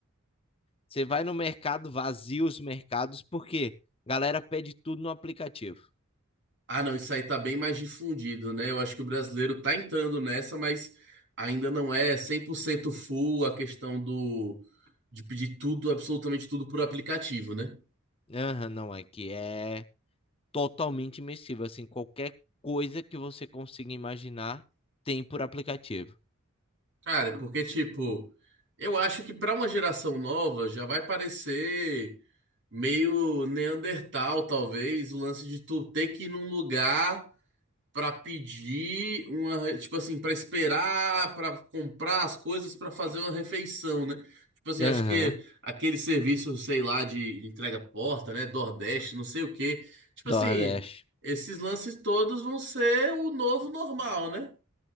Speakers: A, on the left; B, on the right.
A: Você vai no mercado, vazia os mercados, porque a galera pede tudo no aplicativo.
B: Ah, não, isso aí tá bem mais difundido, né? Eu acho que o brasileiro tá entrando nessa, mas ainda não é 100% full a questão do, de pedir tudo, absolutamente tudo por aplicativo, né?
A: Aham, não, é que é totalmente imersivo. Assim, qualquer coisa que você consiga imaginar tem por aplicativo.
B: Cara, é porque, tipo, eu acho que pra uma geração nova já vai parecer meio Neandertal, talvez, o lance de tu ter que ir num lugar pra pedir uma, tipo assim, pra esperar, pra comprar as coisas, pra fazer uma refeição, né? Tipo assim,
A: Aham,
B: eu acho que aquele serviço, sei lá, de entrega porta, né, Nordeste, não sei o quê. Tipo
A: Nordeste.
B: assim, esses lances todos vão ser o novo normal, né?